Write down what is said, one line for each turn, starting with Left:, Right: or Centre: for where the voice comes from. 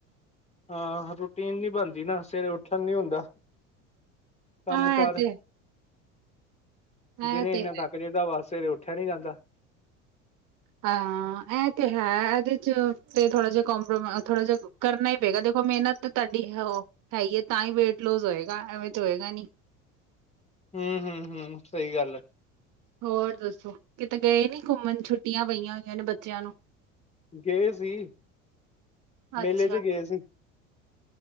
Left: ਹਾਂ ਅ ਰੂਟੀਨ ਨੀ ਬਣਦੀ ਨਾ, ਸਵੇਰੇ ਉੱਠਣ ਨੀ ਹੁੰਦਾ। ਕੰਮ
Right: ਹਾਂ
Left: ਕਾਰ
Right: ਇਹ ਤੇ ਹੈ
Left: ਦਿਨੇ
Right: ਇਹ ਤੇ
Left: ਇੰਨਾ ਥੱਕ ਜਾਈਦਾ, ਬਸ ਸਵੇਰੇ ਉੱਠਿਆ ਨੀ ਜਾਂਦਾ।
Right: ਹਾਂ ਐਹ ਤੇ ਹੈ ਇਹਦੇ 'ਚ ਫੇਰ ਥੋੜ੍ਹਾ ਜਿਹਾ ਕੰਪਰੋਮ ਥੋੜ੍ਹਾ ਜਿਹਾ ਕਰਨਾ ਹੀ ਪਏਗਾ, ਦੇਖੋ ਮਿਹਨਤ ਤਾ ਤੁਹਾਡੀ ਹੋ ਹੈ ਹੀ ਏ ਤਾਂ ਹੀ ਵੇਟ ਲੋਸ ਹੋਏਗਾ ਐਵੇਂ ਤੇ ਹੋਏਗਾ ਨੀ।
Left: ਹੂ ਹੂ ਹੂ ਸਹੀ ਗੱਲ ਐ।
Right: ਹੋਰ ਦੱਸੋ ਕਿਤੇ ਗਏ ਨੀ ਘੁੰਮਣ? ਛੁੱਟੀਆਂ ਪਈਆਂ ਹੋਈਆਂ ਨੇ ਬੱਚਿਆਂ ਨੂੰ।
Left: ਗਏ ਸੀ, ਮੇਲੇ
Right: ਅੱਛਾ
Left: ਤੇ ਗਏ ਸੀ।